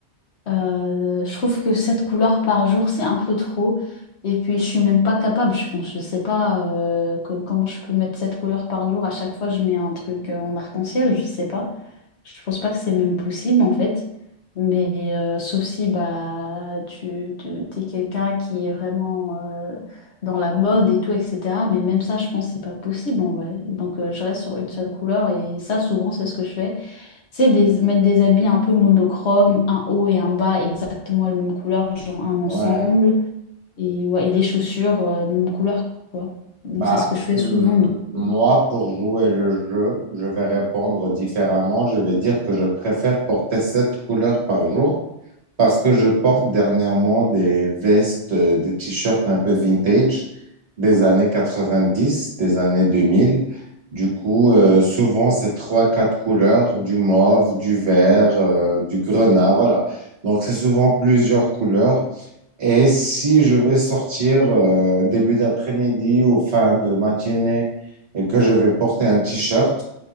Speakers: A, on the left; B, on the right.
A: Euh, je trouve que 7 couleurs par jour, c'est un peu trop. Et puis, je suis même pas capable, je pense. Je sais pas euh, que- comment je peux mettre 7 couleurs par jour. À chaque fois, je mets un truc euh, en arc-en-ciel, je sais pas. Je pense pas que c'est même possible, en fait. Mais euh, sauf si bah, tu tu- t'es quelqu'un qui est vraiment euh, dans la mode et tout, etc. Mais même ça, je pense que c'est pas possible, en vrai. Donc, euh, je reste sur une seule couleur. Et ça, souvent, c'est ce que je fais c'est des, mettre des habits un peu monochromes, un haut et un bas exactement la même couleur, genre un ensemble,
B: Ouais.
A: et, ouais, et les chaussures, euh, même couleur, quoi. Donc
B: Bah,
A: c'est ce que je fais
B: hmm,
A: souvent. donc,
B: moi,
A: euh,
B: pour jouer le jeu, je vais répondre différemment. Je vais dire que je préfère porter sept couleurs par jour parce que je porte dernièrement des vestes, euh, des t-shirts un peu vintage des années 90 des années deux mille Du coup, euh, souvent, c'est trois, quatre couleurs, du mauve, du vert, euh, du grenat, voilà. Donc, c'est souvent plusieurs couleurs. Et si je vais sortir euh, début d'après-midi ou fin de matinée et que je vais porter un t-shirt,